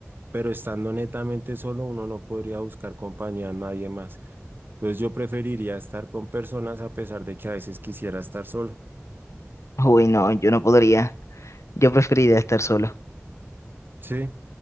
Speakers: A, on the right; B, on the left.
A: pero estando netamente solo uno no podría buscar compañía a nadie más. Entonces yo preferiría estar con personas a pesar de que a veces quisiera estar solo.
B: Uy, no, yo no podría. Yo preferiría estar solo.
A: Sí,